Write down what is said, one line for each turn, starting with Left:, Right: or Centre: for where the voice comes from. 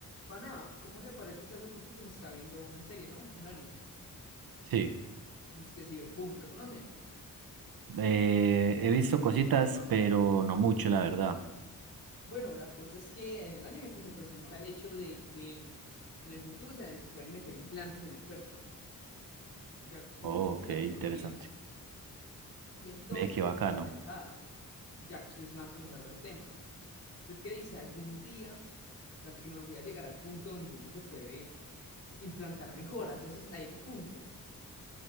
Left: Pana, ¿cómo le parece que hace poquito me estaba viendo una serie, ¿no? Un anime.
Right: Sí,
Left: Dice que Cyberpunk, ¿lo conoce?
Right: eh, he visto cositas, pero no mucho, la verdad.
Left: Bueno, la cosa es que en el anime pues, se presenta el hecho de que en el futuro se, se pueden meter implantes en el cuerpo, ya con
Right: Oh,
Left: pura
Right: qué
Left: tecnología.
Right: interesante.
Left: Y entonces
Right: Ve, qué
Left: me
Right: bacano.
Left: puse a pensar, ya que usted es más conocedor del tema, ¿usted qué dice? ¿Algún día la tecnología llegará al punto donde uno se puede implantar mejoras? Ese es- a ese punto.